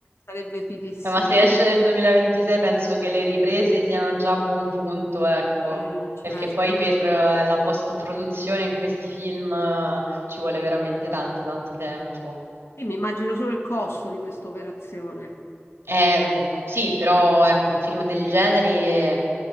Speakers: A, on the left; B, on the right.
A: sarebbe fighissimo.
B: Eh, ma se esce nel 2026 penso che le riprese siano già a buon punto, ecco.
A: Eh, certo.
B: Perché poi per eh, la post-produzione in questi film eh, ci vuole veramente tanto, tanto tempo.
A: Sì, mi immagino solo il costo di questa operazione.
B: Eh, mh, sì, però ecco, un film del genere